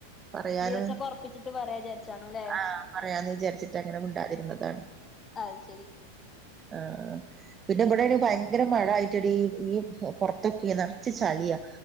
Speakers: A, on the right; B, on the left.
A: പറയാനും
B: ദിവസൊക്കെ ഒറപ്പിച്ചിട്ട് പറയാ വിചാരിച്ചാണു ല്ലേ
A: ആഹ് പറയാന്ന് വിചാരിച്ചിട്ട് അങ്ങനെ മിണ്ടായിതിരുന്നതാണ്
B: അത് ശെരി
A: ആ പിന്നെ ഇബടാണെ ഭയങ്കര മഴ ആയിട്ട് എടി ഈ ഈ പൊറത്തൊക്കെ നെറച്ച് ചളിയാ